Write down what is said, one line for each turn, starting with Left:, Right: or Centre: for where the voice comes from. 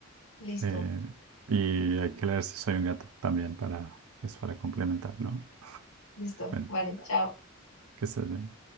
Left: Listo,
Right: Eh, y hay que leer si soy un gato también para, pues, para complementar, ¿no?
Left: listo.
Right: Bueno,
Left: Vale, chao.
Right: que estés bien.